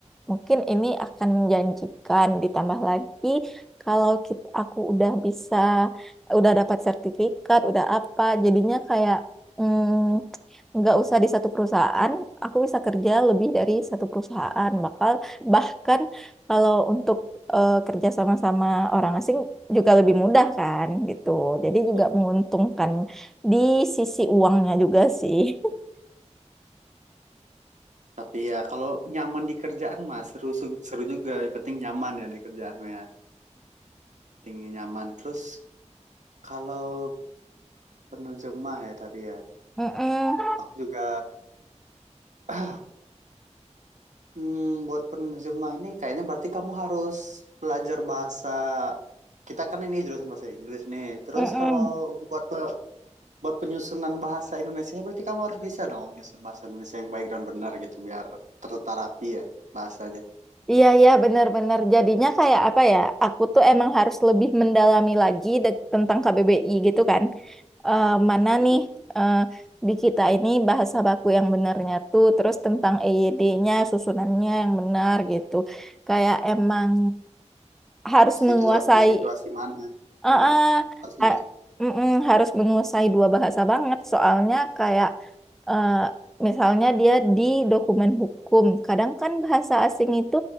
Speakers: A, in the centre; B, on the right.
A: mungkin ini akan menjanjikan ditambah lagi kalau kita, aku udah bisa udah dapat sertifikat, udah apa, jadinya kayak mm, nggak usah di satu perusahaan, aku bisa kerja lebih dari satu perusahaan. Bakal bahkan kalau untuk eh, kerja sama-sama orang asing juga lebih mudah kan gitu. Jadi juga
B: hmm.
A: menguntungkan di sisi uangnya juga sih. <laughs>
B: Tapi ya kalau nyaman di kerjaan mah seru su- seru juga. Yang penting nyaman ya di kerjaan mah ya. Tinggi nyaman. Terus kalau penerjemah ya tadi ya.
A: Mm-mm,
B: Aku juga <clears throat> hmm, buat penerjemah ini kayaknya berarti kamu harus belajar bahasa. Kita kan ini jurusan bahasa Inggris nih. Terus
A: mm-mm.
B: kalau buat pe- buat penyusunan bahasa Indonesia berarti kamu harus bisa dong nyusun bahasa Indonesia yang baik dan benar gitu biar terterapi ya bahasanya.
A: Iya, iya, benar-benar. Jadinya kayak apa ya? Aku tuh emang harus lebih mendalami lagi de- tentang KBBI gitu kan. Eh, mana
B: Hmm,
A: nih eh, di kita ini bahasa baku yang benarnya tuh, terus tentang EYD-nya, susunannya yang benar gitu. Kayak emang harus menguasai
B: Situasi di situasi mana?
A: Heeh,
B: Ya, harus
A: ha-
B: nggak
A: mm-mm, harus menguasai dua bahasa banget. Soalnya kayak eh, misalnya dia di dokumen hukum. Kadang kan bahasa asing itu